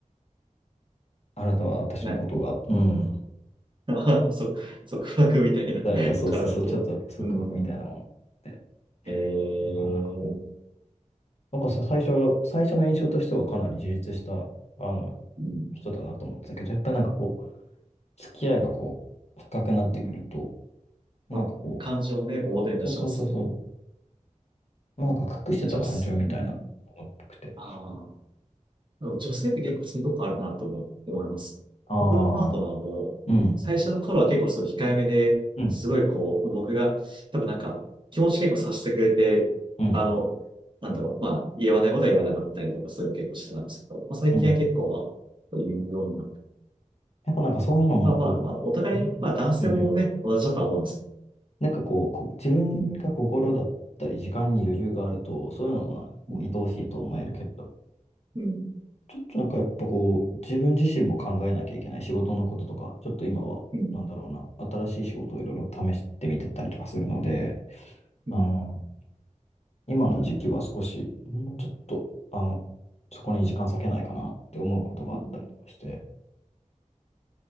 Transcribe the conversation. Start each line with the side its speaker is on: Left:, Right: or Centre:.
Left: あなたは私のことが、
Right: な、
Left: うん。
Right: うん。<laughs> ああ、そ、束縛みたいな。
Left: だいやそうそうそう、
Right: <laughs> わからないけど。
Left: ちょっと束縛みたいなもので。
Right: うん。ええー
Left: だからなんかこう、なんかさ、最初、最初の印象としてはかなり充実した、あの、
Right: うん。
Left: 人だなと思ってたけど、やっぱなんかこう、付き合いがこう、深くなってくると、
Right: うん。
Left: なんかこ
Right: まあ、感情をね、
Left: う、
Right: 表に出しますよね。
Left: そうそうそうそう、なんか隠してた感情みたいな、
Right: うん。女性、うん。
Left: っぽくて。
Right: ああ。でも女性って結構そういうとこあるなと思思います。
Left: ああ、
Right: 僕のパートナーも、
Left: うん、
Right: 最初の頃は結構その控えめで、
Left: うん、
Right: すごいこう、僕が、多分なんか、気持ち結構させてくれて、
Left: うん。
Right: あの、なんだろう、まあ、言わないことは言わなかったりとか、そういうの結構してたんですけど、まあ、最近は結構は、
Left: うん
Right: そう言うようになった。
Left: やっぱなんかそういうのもこう、
Right: まあまあまあ、お互い、
Left: うんうんうん
Right: まあ男性もね、同じだとは思うんですけ
Left: なんかこう、こ自分が心だったり時間に余裕があると、
Right: ど。うん、
Left: そういうのもなんかこう、
Right: うん、
Left: 愛おしいと思えるけれども、
Right: うん、
Left: ちょっとなんかやっぱこう、自分自身も考えなきゃいけない仕事のこととか、ちょっと今は、
Right: うん、
Left: なんだろうな、新しい仕事をいろいろ試してみてたりとかするので、
Right: うん。
Left: あの、今の時期は少し、もうちょっと、あの、そこに時間割けないかなって思うことがあったりとかして、
Right: うん